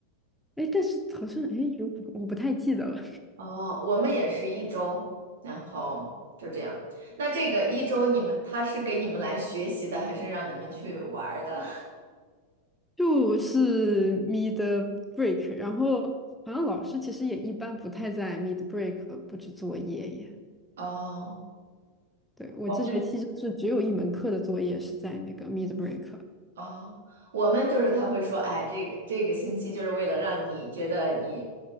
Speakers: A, in the centre; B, on the right.
A: 哎，但是好像哎，有我不太记得了。
B: 哦，我们也是一周，然后就这样。那这个一周你们他是给你们来学习的，还是让你们去玩儿的？
A: 就是 mid break，然后好像老师其实也一般不太在 mid break 布置作业耶。
B: <laughs> 哦，
A: 对，我这学期就是只有一门课的作业是在那个
B: 我们
A: mid break。
B: 哦，我们就是他会说，哎，这个这个星期就是为了让你觉得你